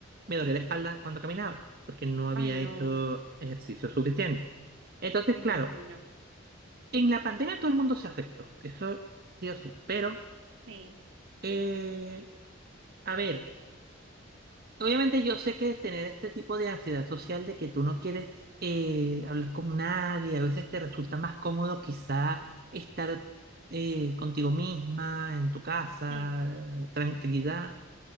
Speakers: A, on the right; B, on the right.
A: me dolía la espalda cuando caminaba, porque no había
B: Ay, no,
A: hecho ejercicio suficiente. Entonces,
B: me imagino.
A: claro, en la pandemia todo el mundo se afectó, eso sí o sí, pero,
B: Sí,
A: eh, a ver. Obviamente yo sé que tener este tipo de ansiedad social de que tú no quieres eh, hablar con nadie, a veces te resulta más cómodo quizá estar eh, contigo misma, en tu casa,
B: sí.
A: tranquilidad,